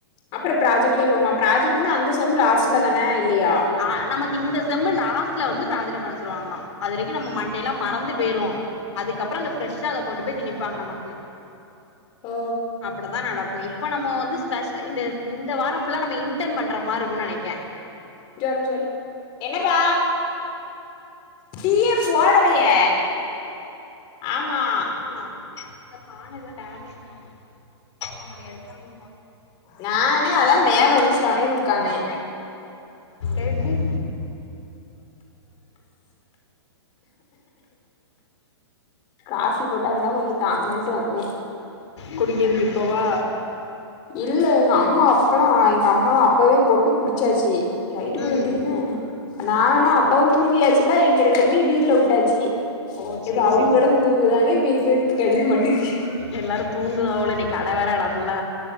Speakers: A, on the left; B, on the left.
A: அப்ரோ ப்ராஜெக்ட்ல போமா ப்ராஜெக்ட் வந்து அந்த செம் லாஸ்டுல தான இல்லையா
B: அ நமக்கு இந்த செம்மு லாஸ்ட்ல வந்து ப்ராஜெக்ட்ட பண்ணசொல்லுவாங்களா அதுவரைக்கு நம்ம மண்டேல்லா மறந்து வெறு அதுக்கப்புரோ அந்த ப்ரெஷ்ஷா அத கொண்டு போய் திணிப்பாங்க நமக்கு
A: ஓ
B: அப்படி தா நடக்கு இப்ப நம்ம வந்து ஸ்பெஷலு இந்த வார புல்ல நம்ம <unintelligible> பண்ற மாரி இருக்கு நெனக்கே
A: ஜோரம் ஜோரி என்னப்பா டீயே போடலயே ஆமா
B: ஆ இந்த பான எத டேமேஜா அவங்க எடுத்தாங்கோ
A: நானே அ தா மேல வந்து செவனேனு உக்காந்தே
B: எதுக்கு <inaudible>
A: காஃபி போட்டா வேணா கொஞ்ச தாங்கன்ட்டு வந்தே
B: குடிக்கிறதுக்கு இப்பவா
A: இல்ல எங்க அம்மா அப்பல்லா எங்க அம்மலா அப்பவே போட்டு குடிச்சாச்சு லைட்
B: ம்
A: போட வேண்டியது தான நானு
B: அது
A: அப்பாவு
B: சரி
A: தூங்கியாச்சுல்லா எங்க ரெண்டு <unintelligible> டீல்ல விட்டாச்சு
B: ஓ
A: இப்ப
B: சரி
A: அவங்க
B: சரி
A: கடன்
B: சரி
A: தூங்குதானே இப்ப எங்களு கெடைக்க மாட்டேங் <unintelligible>
B: எல்லாரு தூங்குரவோளே இன்னைக்கு கட வேற அடப்புல